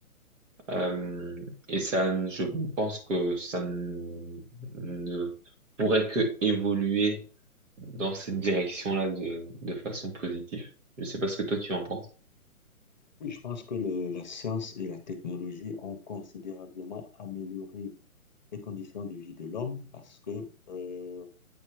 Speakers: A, on the right (about 55°); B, on the left (about 30°).
A: Euh, et ça, ne- je pense que ça ne ne pourrait que évoluer dans cette direction-là de, de façon positive. Je sais pas ce que toi tu en penses.
B: Oui, je pense que le- la science et la technologie ont considérablement amélioré les conditions de vie de l'homme parce que euh,